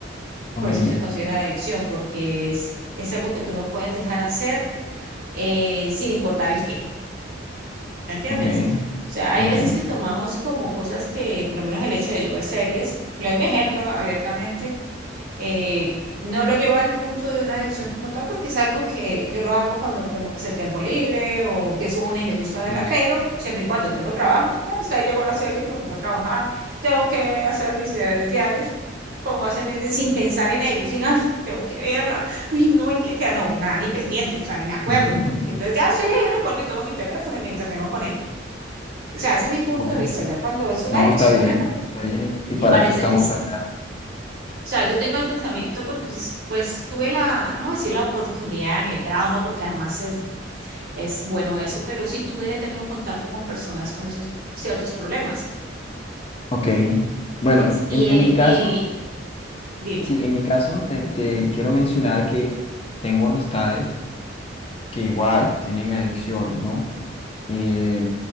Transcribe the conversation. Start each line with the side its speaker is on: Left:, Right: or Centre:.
Left: ok,
Right: por eso se considera adicción, porque es, es algo que tú no puedes dejar hacer eh, sin importar el qué, ¿me entiendes?
Left: ok,
Right: O sea, hay
Left: ok.
Right: veces que tomamos como cosas que, por lo menos el hecho de yo ver series, le doy mi ejemplo abiertamente, eh, no lo llevo al punto de una adicción como tal, porque es algo que yo lo hago cuando tengo pues, el tiempo libre o empiezo una y me gusta verla,
Left: Mm.
Right: pero siempre y cuando tengo trabajo, ya hasta ahí llego a las series, me pongo a trabajar, tengo que hacer mis deberes diarios, pongo a hacer mis de- sin pensar en ellos, sin, ay, tengo que verla, uy, no, en qué queda, no, nada, ni pendiente, o sea, ni me acuerdo.
Left: <laughs>
Right: Y entonces ya soy libre, vuelvo y tomo mi teléfono y me entretengo con ello. O sea, ese es mi punto
Left: Bueno,
Right: de vista. Ya cuando es una
Left: no,
Right: adicción,
Left: está bien,
Right: me, pa-
Left: está bien. Y, y
Right: me
Left: para
Right: parece
Left: eso estamos
Right: que es
Left: acá.
Right: o sea, yo tengo el pensamiento porque pues, pues tuve la, no voy a decir la oportunidad ni el grado, no, porque además es, es bueno eso, pero sí tuve, he tenido contacto con personas con esos ciertos problemas,
Left: Ok. Bueno,
Right: ¿ves? Y,
Left: en,
Right: eh,
Left: en mi caso,
Right: y dime,
Left: sí, en mi caso te, te quiero mencionar que tengo amistades que igual tienen adicciones, ¿no? Eh,